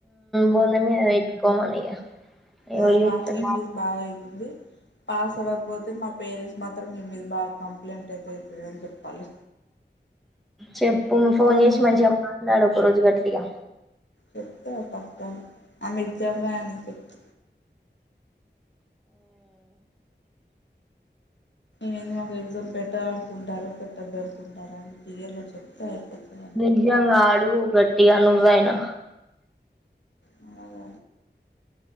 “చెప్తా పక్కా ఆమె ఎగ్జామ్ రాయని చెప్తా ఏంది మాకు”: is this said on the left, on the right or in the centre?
Left